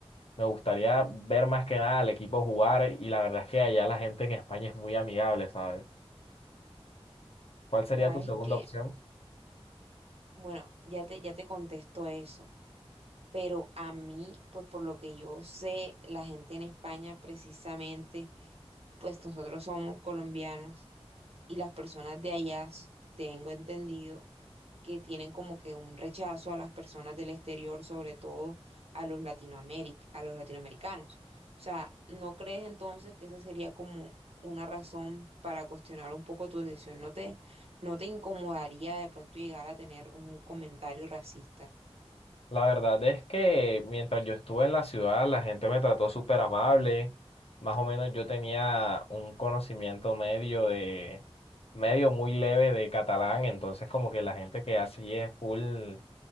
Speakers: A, on the left; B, on the right.
A: Me gustaría ver más que nada al equipo jugar y la verdad es que allá la gente en España es muy amigable, ¿sabes? ¿Cuál sería
B: sabes
A: tu segunda
B: que,
A: opción?
B: bueno, ya te, ya te contesto eso, pero a mí, pues por lo que yo sé, la gente en España precisamente pues nosotros somos colombianos y las personas de allá, s- tengo entendido, que tienen como que un rechazo a las personas del exterior, sobre todo a los latinoameric- a los latinoamericanos. O sea, ¿no crees entonces que esa sería como una razón para cuestionar un poco tu decisión? ¿No te, no te incomodaría de pronto llegar a tener un comentario racista?
A: La verdad es que mientras yo estuve en la ciudad, la gente me trató súper amable. Más o menos yo tenía un conocimiento medio de, medio muy leve de catalán, entonces como que la gente que hace es full